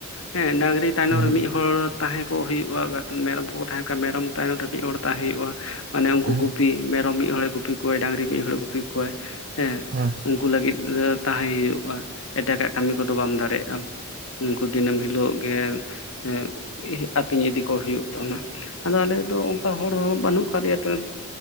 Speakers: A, on the left; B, on the right.
A: ᱦᱮᱸ ᱰᱟᱝᱨᱤ ᱛᱟᱭᱱᱚᱢ
B: ᱦᱩᱸ
A: ᱨᱮ ᱢᱤᱫ ᱦᱚᱲ ᱛᱟᱦᱮᱸ ᱠᱚᱜ ᱦᱩᱭᱩᱜᱼᱟ, ᱵᱟᱠᱷᱟᱱ ᱢᱮᱨᱚᱢ ᱠᱚᱠᱚ ᱛᱟᱦᱮᱸ ᱠᱟᱱᱟ ᱢᱮᱨᱚᱢ ᱛᱟᱭᱱᱚᱢ ᱨᱮ ᱢᱤᱫ ᱦᱚᱲ ᱛᱟᱦᱮᱸ ᱦᱩᱭᱩᱜᱼᱟ ᱢᱟᱱᱮ ᱩᱱᱠᱩ
B: ᱦᱩᱸ ᱦᱩᱸ ᱦᱩᱸ
A: ᱜᱩᱯᱤ ᱢᱮᱨᱚᱢ ᱢᱤᱫ ᱦᱚᱲ ᱮ ᱜᱩᱯᱤ ᱠᱚᱣᱟᱭ, ᱰᱟᱹᱝᱨᱤ ᱢᱤᱫ ᱦᱚᱲ ᱮ ᱜᱩᱯᱤ ᱠᱚᱣᱟᱭ ᱦᱮᱸ᱾
B: ᱦᱚᱭ ᱾
A: ᱩᱱᱠᱩ ᱞᱟᱹᱜᱤᱫ ᱛᱟᱦᱮᱸ ᱦᱩᱭᱩᱜᱼᱟ ᱮᱴᱟᱜᱟᱜ ᱠᱟᱹᱢᱤ ᱠᱚᱫᱚ ᱵᱟᱢ ᱫᱟᱲᱮᱭᱟᱜᱼᱟ ᱟᱢ ᱾ ᱩᱱᱠᱩ ᱫᱤᱱᱮᱢ ᱦᱤᱞᱚᱜ ᱜᱮ ᱦᱮ ᱟᱹᱛᱤᱧ ᱤᱫᱤ ᱠᱚ ᱦᱩᱭᱩᱜ ᱛᱟᱢᱟ ᱾ ᱟᱫᱚ ᱟᱞᱮ ᱫᱚ ᱚᱱᱠᱟ ᱦᱚᱲ ᱦᱚᱸ ᱵᱟᱹᱱᱩᱜ ᱠᱟᱜ ᱞᱮᱭᱟ ᱛᱚ